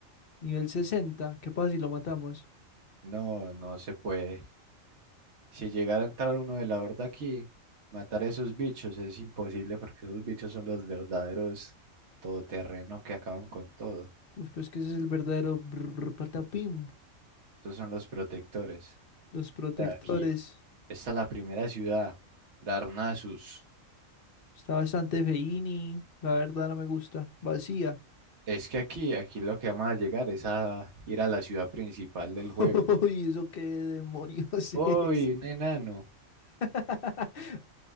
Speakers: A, on the left (about 50°); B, on the right (about 60°).
A: Nivel 60. ¿Qué pasa si lo matamos?
B: No, no se puede. Si llegara a entrar uno de la horda aquí, matar a esos bichos es imposible porque esos bichos son los verdaderos todoterreno que acaban con todo.
A: Uy, pues que ese es el verdadero brr patapim.
B: Esos son los protectores.
A: Los protectores.
B: Ya, Aquí está la primera ciudad, Darnassus.
A: Está bastante feini. La verdad no me gusta. Vacía.
B: Es que aquí, aquí lo que vamos a llegar es a ir a la ciudad principal del
A: <laughs>
B: juego.
A: Uy, ¿eso qué demonios
B: ¡Uy,
A: es?
B: un enano!
A: <laughs>